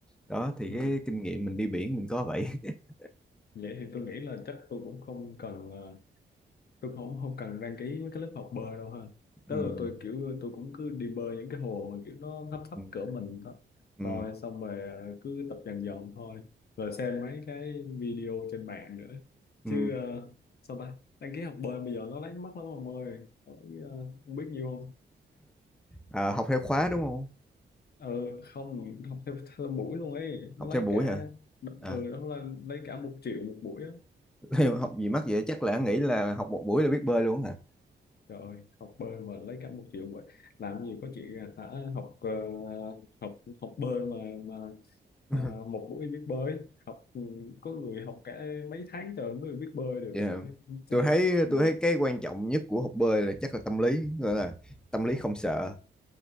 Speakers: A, in the centre; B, on the left (about 55°).
A: đó thì
B: Ừ.
A: cái kinh nghiệm mình đi biển mình có vậy <laughs>
B: vậy thì tôi nghĩ là chắc tôi cũng không cần ờ, tôi không, không cần đăng ký với cái lớp học bơi đâu ha
A: Ừ.
B: tức là tôi kiểu tôi cũng cứ đi bơi những cái hồ mà kiểu nó thấp thấp
A: Ừ.
B: cỡ mình thôi
A: Ừ,
B: thôi xong rồi ờ, cứ tập dần dần thôi rồi xem mấy cái video trên mạng nữa
A: ừ.
B: chứ ờ, sao ta đăng ký học bơi bây giờ nó lấy mất lắm ông ơi nó lấy, ờ, không biết nhiêu không
A: À, học theo khóa đúng không?
B: ừ không học theo, theo buổi luôn ấy nó
A: Học
B: lấy
A: theo buổi
B: cả
A: hả? À,
B: ừ nó là lấy cả một triệu một buổi á
A: <laughs> theo học gì mắc vậy? Chắc là nghĩ là học một buổi là biết bơi luôn hả?
B: Trời ơi, học bơi mà lấy cả một triệu vậy. Làm gì có chị à, hả? Học ờ, học học bơi mà mà
A: <laughs>
B: à, một buổi biết bơi, học ừ, có người học cả mấy tháng trời mới biết bơi được
A: Dạ.
B: nữa. <laughs>
A: Tôi thấy
B: Ừ.
A: tôi thấy cái quan trọng nhất của học bơi là chắc là tâm lý, gọi là tâm lý không sợ.